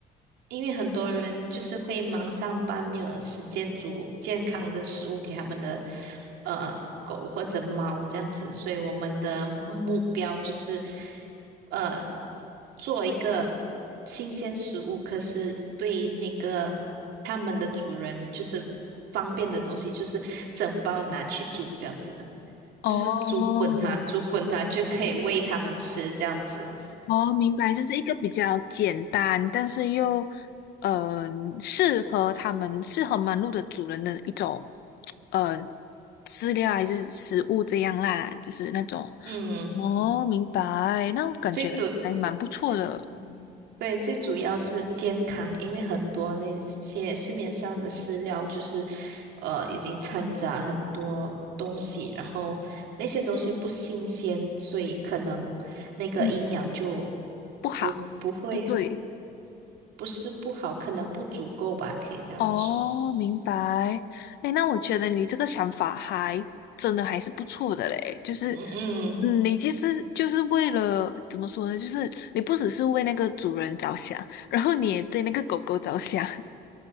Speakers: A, on the right; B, on the left.
A: 因为很多人就是会忙上班，没有时间煮健康的食物给他们的呃狗或者猫这样子，所以我们的目标就是呃做一个新鲜食物，可是对那个他们的主人就是方便的东西，就是整包拿去煮这样子，就是煮滚它，
B: 哦。
A: 煮滚它就可以喂它们吃这样子。
B: 哦，明白，这是一个比较简单，但是又嗯适合他们适合忙碌的主人的一种呃饲料还是食物这样啦，就是那种
A: 嗯，
B: 哦，明白，那我感觉还蛮不错的，
A: 最多。嗯对，最主要是健康，因为很多那些市面上的饲料就是，呃，已经掺杂很多东西，然后那些东西不新鲜，所以可能那个营养就
B: 嗯，不好，
A: 不不会，
B: 不对。
A: 不是不好，可能不足够吧，可以这样子说。
B: 哦，明白。哎，那我觉得你这个想法还真的还是不错的嘞。就是，
A: 嗯嗯，
B: 嗯，你其实就是为了怎么说呢？就是你不只是为那个主人着想，然后你也对那个狗狗着想。<laughs>